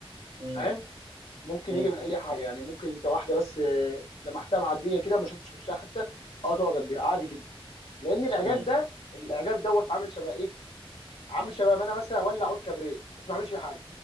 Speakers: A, on the right; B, on the left.
A: مم.
B: فاهم ممكن
A: مم.
B: يجي من اي حاجه يعني ممكن انت واحده بس آه، لمحتها معديه كده ما شفتش وشها حتى اه تعجب بيها عادي جدا لان الاعجاب
A: مم.
B: ده الاعجاب دوت عامل شبه ايه عامل شبه ما انا مثلا اولع عود كبريت بس ما بعملش فيه حاجه